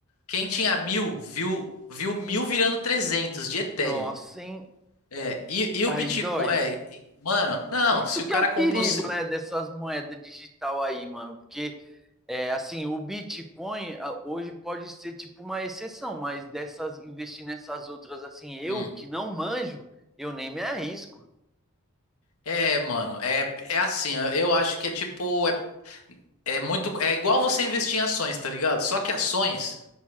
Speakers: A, on the left; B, in the centre.
A: quem tinha mil, viu, viu mil virando 300 de Ethereum.
B: Nossa, hein?
A: É, e, e
B: Aí
A: o Bitcoin,
B: dói.
A: é, e- mano, não,
B: Isso
A: se o
B: que
A: cara
B: é o
A: comprou.
B: perigo,
A: se-
B: né, dessas moedas digital aí, mano. Porque, é, assim, o Bitcoin ah, hoje pode ser tipo uma exceção, mas dessas, investir nessas outras, assim, eu
A: Hum.
B: que não manjo, eu nem me arrisco.
A: É, mano, é, é assim, eu eu acho que é tipo, é É muito, é igual você investir em ações, tá ligado? Só que ações,